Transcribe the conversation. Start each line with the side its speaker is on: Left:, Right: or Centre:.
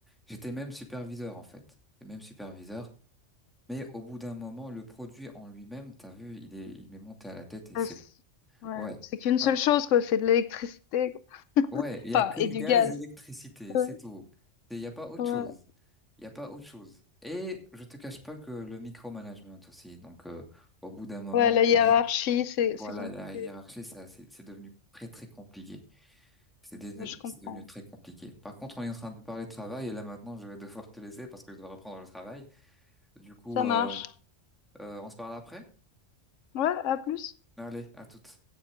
Centre: j'étais même superviseur, en fait. J'étais même superviseur. Mais au bout d'un moment, le produit en lui-même, t'as vu, il est, il m'est monté à la tête et c'est
Left: Ouais, c'est
Centre: bon.
Left: ouais,
Centre: ouais,
Left: c'est qu'une seule
Centre: Ah,
Left: chose quoi, c'est de l'électricité quoi.
Centre: ouais, il y
Left: Enfin,
Centre: a que
Left: et
Centre: le
Left: du
Centre: gaz,
Left: gaz.
Centre: l'électricité,
Left: Ouais,
Centre: c'est tout. Il y a pas autre
Left: ouais.
Centre: chose. Il y a pas autre chose. Et je te cache pas que le micromanagement aussi. Donc, euh, au bout d'un moment,
Left: Ouais, la hiérarchie,
Centre: t'as vu,
Left: c'est
Centre: voilà,
Left: c'est compliqué.
Centre: la hiérarchie, ça, c'est c'est devenu très très compliqué. C'est dé-
Left: Ouais, Je comprends.
Centre: c'est devenu très compliqué. Par contre, on est en train de parler de travail et là maintenant, je vais devoir te laisser parce que je dois reprendre le travail. Du coup,
Left: Ça
Centre: euh,
Left: marche.
Centre: euh, on se parle après?
Left: Ouais, à plus.
Centre: Allez, à toutes.